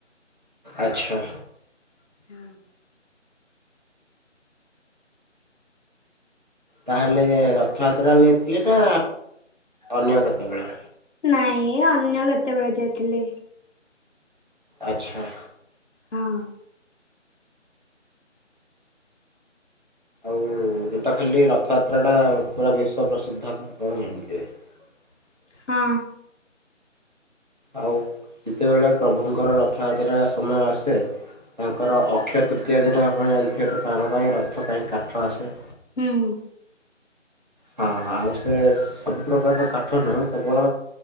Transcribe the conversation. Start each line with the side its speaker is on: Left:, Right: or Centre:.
Right: ଆଚ୍ଛା।
Left: ହଁ।
Right: ତାହେଲେ ରଥଯାତ୍ରା ଯାଇଥିଲେ ନା ଅନ୍ୟ କେତେବେଳେ
Left: ନାଇଁ ଅନ୍ୟ କେତେବେଳେ ଯାଇଥିଲି।
Right: ଆଚ୍ଛା।
Left: ହଁ
Right: ଆଉ ଗଟା ଖାଲି ରଥଯାତ୍ରା ଟା ପୁରା ବିଶ୍ଵ ପ୍ରସିଦ୍ଧ ଆପଣ ଜାଣିଥିବେ। ହ
Left: ହଁ।
Right: ଆଉ ଯେତେବେଳେ ପ୍ରଭୁଙ୍କର ରଥଯାତ୍ରା ସମୟ ଆସେ ତାଙ୍କର ଅକ୍ଷୟ ତୃତୀୟା ଦିନ ଆପଣ ଜାଣିଥିବେ ତ ତାଙ୍କ ପାଇଁ ରଥ ପାଇଁ କାଠ ଆସେ।
Left: ହୁଁ।
Right: ହଁ ଆଉ ସେ ସବୁ ପ୍ରକାରର କାଠ ନୁହ କେବଳ